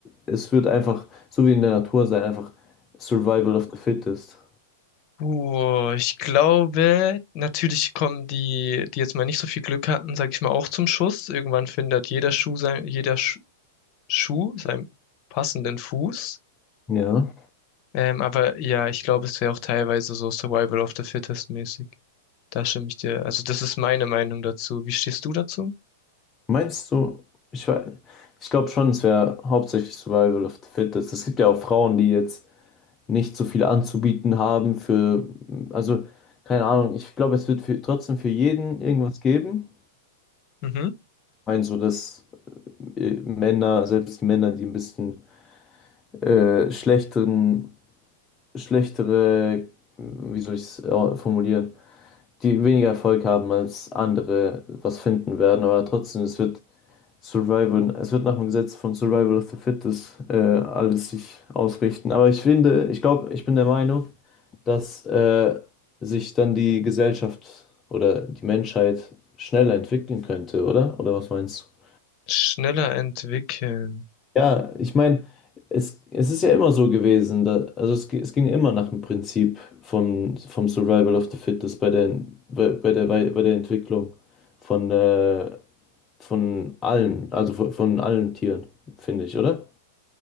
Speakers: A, on the left (about 20°); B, on the left (about 45°).
A: äh, es wird einfach so wie in der Natur sein, einfach Survival of the Fittest?
B: Uh, ich glaube, natürlich kommen die, die jetzt mal nicht so viel Glück hatten, sag ich mal, auch zum Schuss. Irgendwann findet jeder Schuh sein, jeder Sch Schuh seinen passenden Fuß.
A: Ja.
B: Ähm, aber ja, ich glaube, es wäre auch teilweise so Survival of the Fittest mäßig. Da stimme ich dir. Also das ist meine Meinung dazu. Wie stehst du dazu?
A: Meinst du, ich, wei- ich glaube schon, es wäre hauptsächlich Survival of the Fittest. Es gibt ja auch Frauen, die jetzt nicht so viel anzubieten haben für, also keine Ahnung, ich glaube, es wird für, trotzdem für jeden irgendwas geben.
B: Mhm.
A: Ich meine, so dass äh, Männer, selbst die Männer, die ein bisschen äh, schlechteren, schlechtere, wie soll ich es formulieren, die weniger Erfolg haben als andere, was finden werden, aber trotzdem, es wird Survival, es wird nach dem Gesetz von Survival of the Fittest äh, alles sich ausrichten. Aber ich finde, ich glaube, ich bin der Meinung, dass äh, sich dann die Gesellschaft oder die Menschheit schneller entwickeln könnte, oder? Oder was meinst du?
B: Schneller entwickeln.
A: Ja, ich meine, es, es ist ja immer so gewesen, da, also es, gi- es ging immer nach dem Prinzip vom, vom Survival of the Fittest bei der, bei, bei der, bei, bei der Entwicklung von, äh, von allen, also von, von allen Tieren, finde ich, oder?